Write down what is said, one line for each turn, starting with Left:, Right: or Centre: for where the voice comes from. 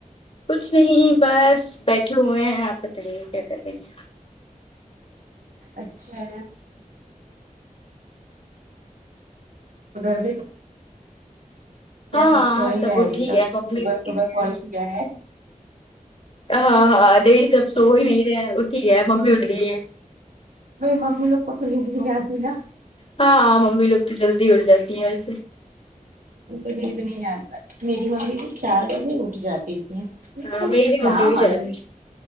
Left: کچھ نہیں بس بیٹھے ہوئے ہیں آپ بتائیے کیا کر رہی گے
Right: اچھا ادھر بھی کیا
Left: ہاں
Right: سب
Left: ہاں
Right: سو ہی
Left: سب
Right: رہے ہیں
Left: اٹھی
Right: ابھی تک
Left: گئے ممی
Right: صبح
Left: اٹھی
Right: صبح
Left: گئے
Right: کل کیا ہے
Left: ہاں ہاں دی سب سو ہی نہیں رہے اٹھی ہے ممی آٹھ گئ ہے
Right: بی ممی لوگ کو تو نیند نہیں آتی نا
Left: ہاں ممی لوگ تو جلدی اٹھ جاتی ہیں ویسے
Right: تو نیند نہیں آتا میری ممی بھی چار بجے اٹھ جاتی تھی
Left: ہاں میری
Right: کیا
Left: ممی بھی
Right: معلوم
Left: شاید